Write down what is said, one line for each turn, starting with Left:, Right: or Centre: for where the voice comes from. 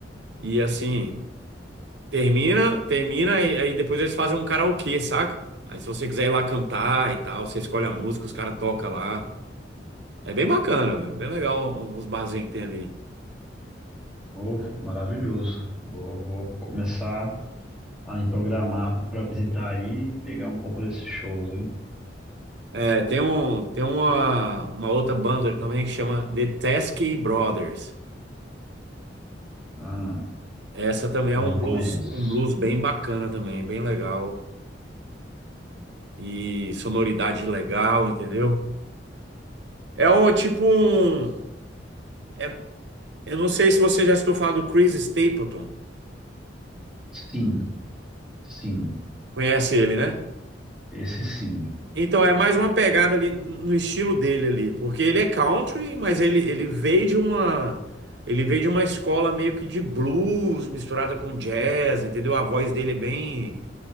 Right: e assim, termina, termina e aí depois eles fazem um karaokê, saca? Aí se você quiser ir lá cantar e tal, você escolhe a música, os caras tocam lá. É bem bacana, velho, bem legal os barzinhos que tem ali.
Centre: Oh, maravilhoso. Vou, vou começar a me programar para visitar aí e pegar um pouco desses shows, hein?
Right: É, tem um, tem uma, uma outra banda também que chama The Teskey Brothers.
Centre: Ah,
Right: Essa também
Centre: não
Right: é um blues,
Centre: conheço.
Right: um blues bem bacana também, bem legal. E sonoridade legal, entendeu? É um tipo um. é- eu não sei se você já escutou falar do Chris Stapleton.
Centre: Sim, sim.
Right: Conhece ele, né?
Centre: Esse sim.
Right: Então é mais uma pegada ali no estilo dele ali, porque ele é country, mas ele, ele veio de uma ele veio de uma escola meio que de blues misturada com jazz, entendeu? A voz dele é bem